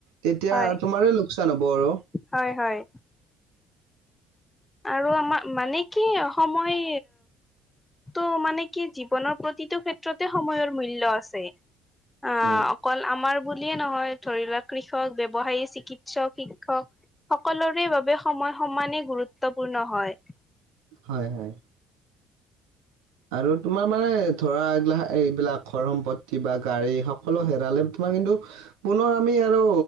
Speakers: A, on the right; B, on the left.
A: তেতিয়া
B: হয়,
A: তোমাৰে লোকচান হ'ব আৰু
B: হয়, হয় আৰু আমাৰ মানে কি সময় ত' মানে কি জীৱনৰ প্ৰতিটো ক্ষেত্ৰতে সময়ৰ মূল্য আছে। অ
A: উম
B: অকল আমাৰ বুলিয়ে নহয় ধৰি লোৱাক কৃষক ব্যৱসায়ী চিকিৎসক শিক্ষক সকলোৰে বাবে সময় সমানেই গুৰুত্বপূৰ্ণ হয়।
A: হয় হয়। ধৰত আৰু তোমাৰ মানে ধৰা এইবিল এইবিলাক ঘৰ সম্পত্তি বা গাড়ী সকলো হেৰালে তোমাৰ কিন্তু পুনৰ আমি আৰু